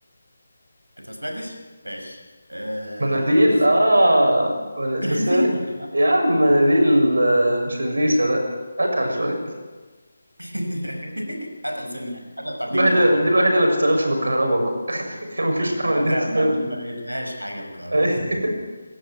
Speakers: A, on the right; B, on the right.
A: انت ما سمعتش ماشي آه...
B: مناديل اه من...
A: <laughs> مناديل
B: بس يا عم مناديل آه، مش الريشة لا اتقل شوية
A: <laughs> اتقل سنه يعني اتقل بتاع
B: دي
A: 2
B: الوحيدة
A: جرام
B: اللي
A: كده
B: دي الوحيدة اللي ما بتشتغلش بالكهرباء بقى <laughs> مفيش
A: أي،
B: امل
A: ده
B: انها
A: فعلا
B: تشتغل
A: ما, ما لقيتلهاش حاجه بالكهرباء
B: <laughs>
A: بصراحه